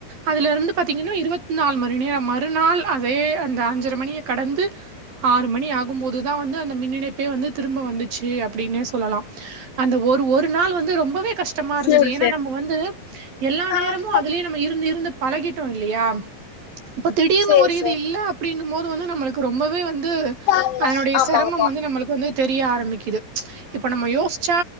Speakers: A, on the right; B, on the left.
A: அதுல இருந்து பாத்தீங்கனா இருபத் நாலு மணி நேர மறுநாள் அதே அந்த அஞ்சரை மணிய கடந்து ஆறு மணி ஆக ங்கு போதுதா வந்து அந்த மின் இணைப்பே வந்து திரும்ப வந்துச்சு அப்படின் சொல்ல சொல்லலா அந்த ஒரு ஒரு நாள் வந்து ரொம்பவே கஷ்டமா இருந்தது
B: சேரி
A: ஏன்னா நம்ம வந்து எல்லா நேரமு
B: சேரி
A: அதுலயே ந இருந்து இருந்து பழகிட்டோ இல்லயா இப்ப திடீர்னு
B: சேரி
A: ஒரு இது
B: சேரி
A: இல்ல அப்படின் போது வந்து நம்மளுக்கு ரொம்பவே வந்து
B: ம்
A: அதனுடைய
B: ஆமா
A: சிரமம்
B: ஆமா
A: வந்து நம்ம வந்து தெரிய ஆரம்பிக்குது இப்ப நம்ம யோசிச்சா